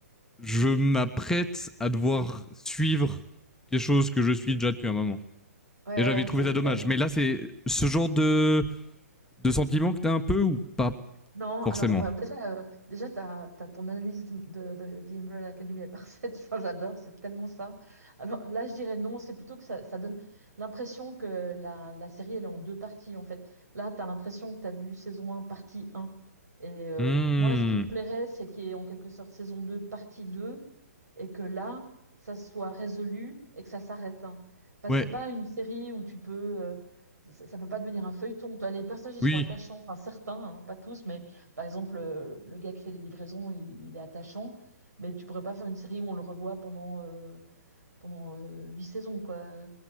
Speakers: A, in the centre; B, on the right.
A: je m'apprête à devoir suivre quelque chose que je suis déjà depuis un moment.
B: ouais,
A: Et j'avais
B: ouais,
A: trouvé
B: c'est,
A: ça dommage.
B: euh,
A: Mais là, c'est ce genre de, de sentiment que t'as un peu ou pas
B: Non,
A: forcément
B: alors bah, déjà, euh, déjà t'as, t'as ton analyse de, de- de The Umbrella Academy est parfaite, <laughs> Enfin, j'adore, c'est tellement ça. Alors là, je dirais non, c'est plutôt que ça, ça donne l'impression que la, la série, elle est en deux parties en fait. Là, t'as l'impression que t'as vu saison un partie un Et euh,
A: Hmm.
B: moi, ce qui me plairait, c'est qu'il y ait en quelque sorte saison 2 partie 2 et que là, ça soit résolu et que ça s'arrête. hein. Parce
A: Ouais,
B: que c'est pas une série où tu peux... euh, ça, ne peut pas devenir un feuilleton. Toi, les personnages, ils
A: oui.
B: sont attachants, enfin certains, hein, pas tous, mais par exemple, euh, le gars qui fait des livraisons, il, il est attachant, mais tu pourrais pas faire une série où on le revoit pendant, euh, pendant euh, huit saisons, quoi.